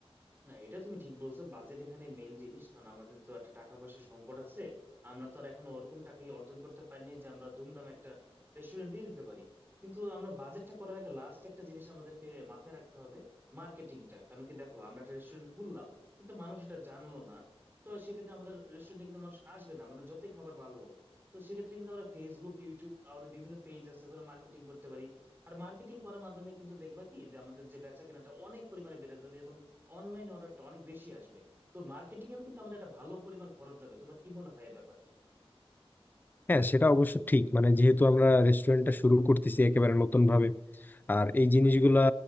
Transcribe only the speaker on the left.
হ্যাঁ সেটা অবশ্য ঠিক মানে যেহেতু আমরা রেস্টুরেন্টটা শুরু করতেছি একেবারে নতুন ভাবে আর এই জিনিসগুলা